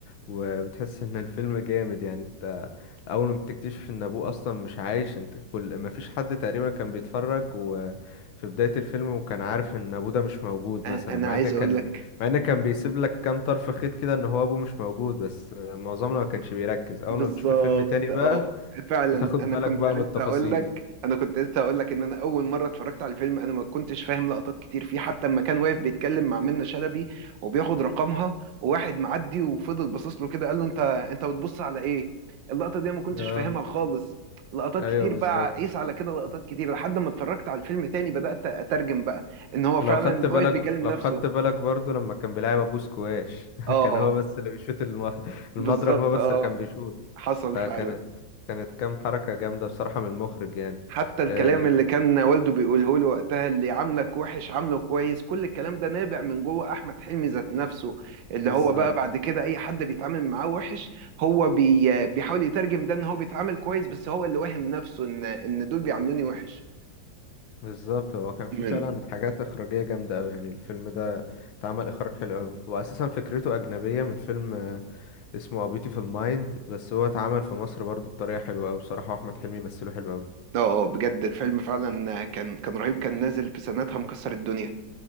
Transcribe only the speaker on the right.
أ-
انا
عايز
اقول لك
بالظبط
اه فعلا
انا
كنت
لسه
اقول لك انا كنت لسه اقول لك ان انا اول مره اتفرجت على الفيلم انا ما كنتش فاهم لقطات كتير فيه حتى لما كان واقف بيتكلم مع منة شلبي وبياخد رقمها وواحد معدي وفضل باصص له كده قال له انت انت بتبص على ايه اللقطه دي أنا ما كنتش
فاهمها خالص لقطات
كتير
بقى قيس على كده لقطات كتير لحد ما اتفرجت على الفيلم تاني بدات اترجم بقى ان هو فعلا
واقف بيكلم
نفسه
اه
بالظبط
اه
حصل
فعلا
حتى الكلام
اللي كان والده بيقوله له وقتها اللي عاملك وحش عامله كويس كل الكلام ده نابع من جوه احمد حلمي ذات نفسه اللي
هو بقى بعد كده اي حد بيتعامل معاه وحش هو بي بيحاول يترجم ده ان هو بيتعامل كويس بس هو اللي واهم نفسه ان ان دول بيعاملوني وحش
من
اه بجد الفيلم فعلا كان كان رهيب كان نازل في سنتها مكسر الدنيا